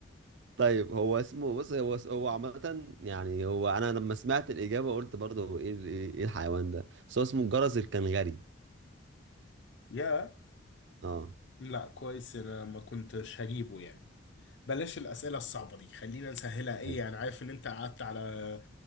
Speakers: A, on the right; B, on the left.
A: طيب هو اسمه بص هو اس- هو عامة يعني هو انا لما سمعت الإجابة قلت برضه هو ايه ال- ايه إيه الحيوان ده بس هو اسمه الجرس الكنغري
B: يا
A: اه
B: لا كويس انا ما كنتش هجيبه يعني بلاش الأسئلة الصعبة دي خلينا نسهلها ايه
A: طيب
B: يعني عارف ان انت قعدت على